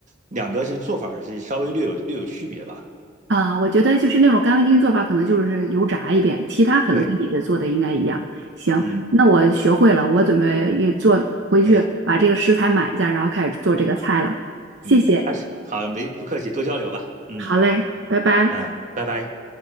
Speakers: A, on the right; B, on the right.
A: 两个是做法是稍微略有略有区别吧？
B: 啊，我觉得就是那种干干净净做法，可能就是油炸一遍，其他可能跟你的做的应该一样。
A: 对，
B: 行，
A: 嗯
B: 那我学会了，我准备也做回去把这个食材买一下，
A: 嗯
B: 然后开始做这个菜了。谢谢，
A: 嗯，还是好，没不客气，多交流吧。嗯
B: 好嘞，拜拜。
A: 嗯，拜拜。